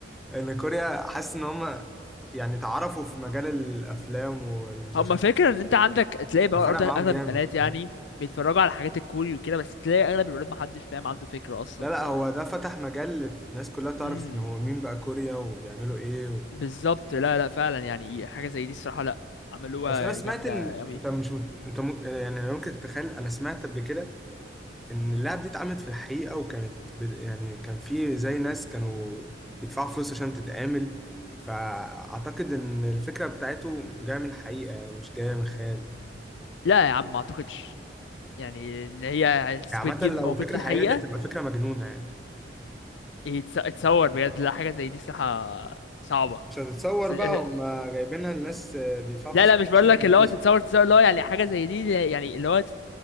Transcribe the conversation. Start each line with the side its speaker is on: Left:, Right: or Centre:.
Centre: <laughs> اللي كوريا حاسس إن هم يعني اتعرفوا في مجال الأفلام والمسلسلات
Left: هم فاكر ان انت عندك تلاقي بقى برضه
Centre: فرق معاهم
Left: اغلب
Centre: جامد
Left: البنات
Centre: فاهم؟
Left: يعني بيتفرجوا على حاجات الكوري وكده بس تلاقي اغلب الولاد محدش فاهم عنده فكره اصلا
Centre: لا لا هو ده فتح مجال في ناس كلها تعرف
Left: امم
Centre: إن هو مين بقى كوريا وبيعملوا إيه و...
Left: بالظبط لا لا فعلا يعني حاجه زي دي الصراحه لا عملوها
Centre: بس أنا سمعت
Left: جامده
Centre: إن
Left: قوي
Centre: أنت مش مت... أنت م... يعني ممكن تتخيل أنا سمعت قبل كده ان اللعب دي اتعملت في الحقيقة وكانت بت- يعني كان في زي ناس كانوا بيدفعوا فلوس عشان تتعمل فأعتقد إن الفكرة بتاعته جاية من الحقيقة يعني مش جاية من خيال
Left: لا يا عم ما اعتقدش يعني ان هي يعني سكويد
Centre: يعني عامة
Left: جيم
Centre: لو
Left: موجود
Centre: فكرة
Left: في الحقيقه
Centre: حقيقية دي هتبقى فكرة مجنونة يعني
Left: يتس- يتصور بجد لا حاجه زي دي صراحه صعبه
Centre: مش هتتصور
Left: بس آه،
Centre: بقى هم جايبينها الناس بيدفعوا
Left: لا
Centre: فلوس
Left: لا
Centre: كتير
Left: مش بقول
Centre: عشان
Left: لك
Centre: يتبسطوا
Left: اللي هو تتصور تتصور اللي هو يعني حاجه زي دي يعني اللي هو تت-